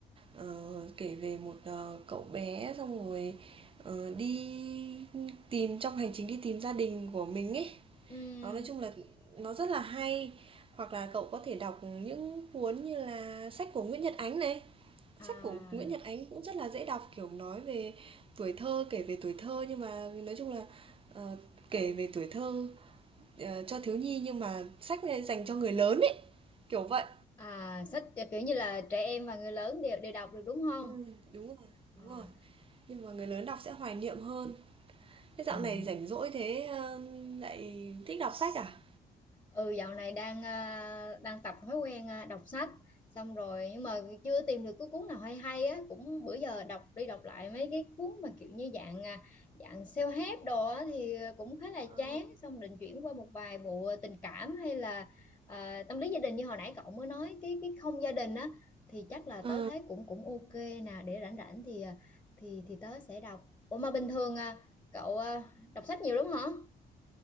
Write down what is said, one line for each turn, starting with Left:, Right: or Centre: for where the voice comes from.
Right: Ờ, kể về một ờ, cậu bé xong rồi ờ, đi tìm trong hành trình đi tìm gia đình của mình ấy
Left: Ừm,
Right: Nó nói chung là nó rất là hay, hoặc là cậu có thể đọc những cuốn như là sách của Nguyễn Nhật Ánh này.
Left: à,
Right: Sách của Nguyễn Nhật Ánh cũng rất là dễ đọc, kiểu, nói về tuổi thơ, kể về tuổi thơ nhưng mà nói chung là, ờ, kể về tuổi thơ, ờ, cho thiếu nhi nhưng mà sách này dành cho người lớn ấy, kiểu vậy.
Left: à, sách kiểu như là trẻ em và người lớn đều đều đọc được đúng không?
Right: Ừm, đúng rồi,
Left: À,
Right: đúng rồi, nhưng mà người lớn đọc sẽ hoài niệm hơn. Thế dạo
Left: ừm.
Right: này rảnh rỗi thế, ơ, lại thích đọc sách à?
Left: Ừ dạo này đang à, đang tập thói quen à, đọc sách xong rồi nhưng mà chưa tìm được cái cuốn nào hay hay á cũng bữa giờ đọc đi đọc lại mấy cái cuốn mà kiểu như dạng à, dạng self-help đồ á thì cũng khá là
Right: Ờ,
Left: chán xong định chuyển qua một vài bộ tình cảm hay là à, tâm lý gia đình như hồi nãy cậu mới nói cái cái không gia đình á thì chắc là tớ
Right: ờ.
Left: thấy cũng cũng ok nè để rảnh rảnh thì à, thì thì tớ sẽ đọc Ủa mà bình thường à, cậu à, đọc sách nhiều lắm hả?